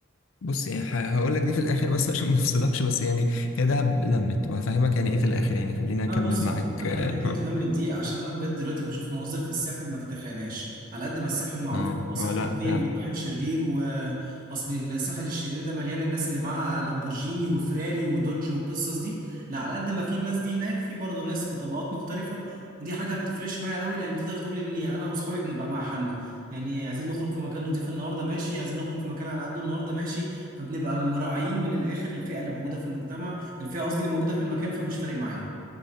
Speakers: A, on the left; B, on the right.
A: بص يعني هقول لك دي في الاخر بس عشان ما افصلكش بس يعني هي دهب لمت وهفهمك يعني ايه في الاخر يعني خلينا اكمل
B: لا بص
A: معاك
B: فكك
A: <laughs> اه
B: من حته لم دي عشان انا بجد دلوقتي بشوف مناظر في الساحل ما تتخيلهاش على قد ما الساحل معروف
A: آه،
B: ان هو ساحل
A: آه، لا فعلا
B: طيب وساحل شرير واصل الساحل الشرير ده مليان الناس اللي معاها لامبورجيني وفراري ودوج والقصص دي لا على قد ما في الناس دي هناك في برضه ناس بطبقات مختلفه ودي حاجه ما بتفرقش معايا قوي لان تقدر تقول اني انا واصحابي بنبقى مع حالنا يعني عايزين نخرج في مكان نضيف النهارده ماشي عايزين نخرج في مكان على قده النهارده ماشي فبنبقى مراعيين من الاخر الفئه اللي موجوده في المجتمع الفئه قصدي اللي موجوده في المكان فمش فارق معايا